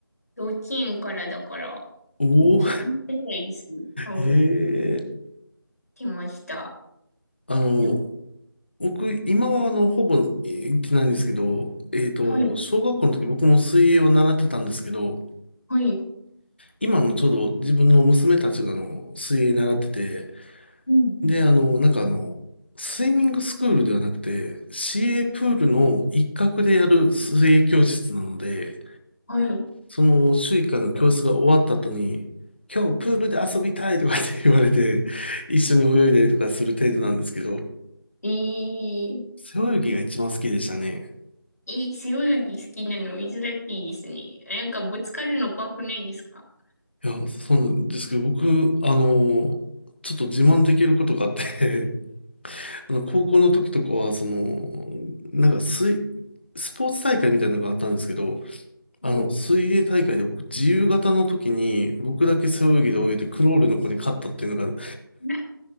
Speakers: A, on the left (about 45°); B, on the left (about 30°).
A: 幼稚園からだから、
B: おお、
A: 10年くらいですね。うん、
B: <laughs> ええ
A: 来ました。
B: あの、
A: な
B: 僕、今はあの、ほぼえー行ってないんですけど、えっと、
A: はい、
B: 小学校の時僕も水泳を習ってたんですけど、
A: はい、
B: 今のちょうど自分の娘たちがあの水泳習ってて、
A: うん、うん
B: で、あの、なんかあの、スイミングスクールではなくて、市営プールの一角でやる水泳教室なので、
A: はい。
B: その週1回の教室が終わった後に、今日プールで遊びたいとかって言われて、一緒に泳いだりとかする程度なんですけど、
A: ええ
B: 背泳ぎが一番好きでしたね。
A: えー、背泳ぎ好きなの珍しいですね。なんかぶつかるの怖くないですか
B: いや、そうなんですけど、僕、あの、ちょっと自慢できることがあってあの高校の時とかは、その、なんか水、スポーツ大会みたいなのがあったんですけど、
A: はい。
B: あの、
A: <laughs>
B: 水泳大会で僕、自由形の時に、僕だけ背泳ぎで泳いで、クロールの子に勝ったっていうのが、
A: な